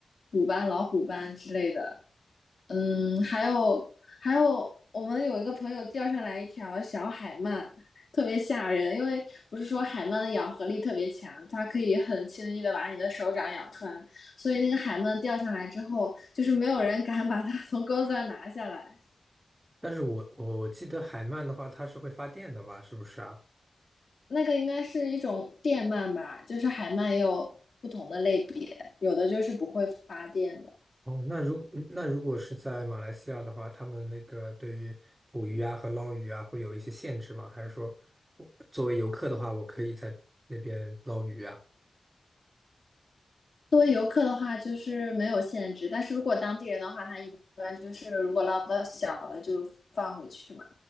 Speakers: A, on the left; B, on the right.
A: 虎斑、老虎斑之类的。嗯，还有还有，我们有一个朋友钓上来一条小海鳗，特别吓人，因为不是说海鳗的咬合力特别强，它可以很轻易的把你的手掌咬穿，所以那个海鳗钓上来之后，就是没有人敢把它 <laughs> 从钩子上拿下来。
B: 但是我我我记得海鳗的话，它是会发电的吧？是不是啊？
A: 那个应该是一种电鳗吧，就是海鳗也有不同的类别，有的就是不会发电的。
B: 哦，那如那如果是在马来西亚的话，他们那个对于捕鱼啊和捞鱼啊会有一些限制吗？还是说我作为游客的话，我可以在那边捞鱼啊？
A: 作为游客的话，就是没有限制，但是如果当地人的话，他一般就是如果捞到小的就放回去嘛，